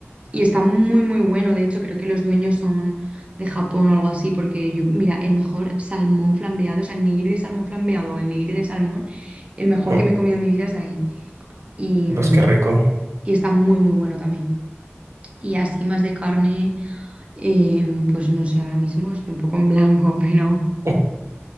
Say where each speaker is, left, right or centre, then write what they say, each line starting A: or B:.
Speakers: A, on the right; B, on the right.
A: y está muy, muy bueno. De hecho, creo que los dueños son de Japón o algo así, porque yo, mira, el mejor salmón flambeado, o sea, el nigiri de salmón flambeado o el nigiri de salmón, el mejor
B: mm,
A: que me he comido en mi vida es de ahí. Y,
B: Pues qué rico.
A: y está muy, muy bueno también. Y así más de carne, em, pues no sé, ahora mismo estoy un poco en blanco, <laughs> pero
B: Mm.